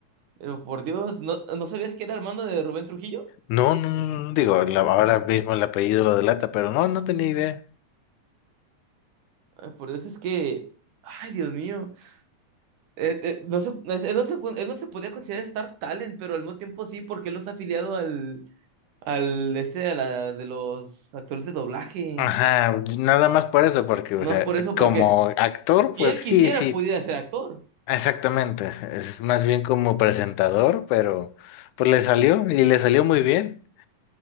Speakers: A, on the right; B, on the left.
A: Pero por Dios, ¿no, no sabías que era hermano de Rubén Trujillo?
B: No, no, no, no, digo, la- ahora mismo el apellido lo delata, pero no, no tenía idea.
A: Ay, Por Dios, es que, ay, Dios mío. Eh, eh, no se, él, no se, pu- él no se podía considerar Star Talent, pero al mismo tiempo sí, porque él no está afiliado al, al este a la, de los actores de doblaje.
B: Ajá, nada más por eso, porque, o
A: No
B: sea,
A: es por eso, porque
B: como actor,
A: si
B: pues
A: él
B: sí,
A: quisiera,
B: sí.
A: pudiera ser actor.
B: Exactamente, es más bien como presentador, pero pues le salió y le salió muy bien.